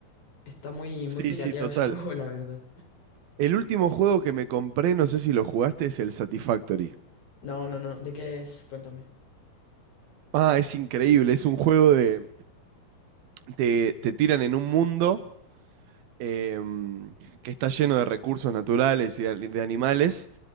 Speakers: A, on the left; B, on the right.
A: Está muy,
B: Sí,
A: muy pirateado
B: sí, total.
A: ese <laughs> juego, la verdad.
B: El último juego que me compré, no sé si lo jugaste, es el Satisfactory.
A: No, no, no, ¿de qué es? Cuéntame.
B: Ah, es increíble, es un juego de... Te, te tiran en un mundo em, que está lleno de recursos naturales y de, de animales,